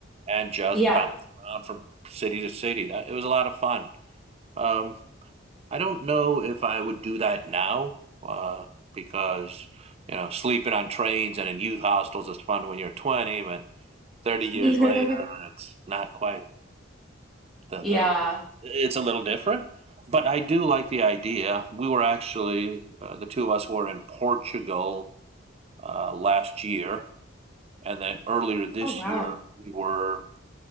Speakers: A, on the right; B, in the centre.
A: and just
B: Yeah.
A: bounce around from city to city. That, it was a lot of fun. Um, I don't know if I would do that now, uh, because you know, sleeping on trains and in youth hostels is fun when you're 20, but 30 years
B: <laughs>
A: later, it's not quite. the,
B: Yeah.
A: the it's a little different but i do like the idea we were actually uh, the two of us were in portugal uh, last year and then earlier this
B: Oh wow.
A: year we were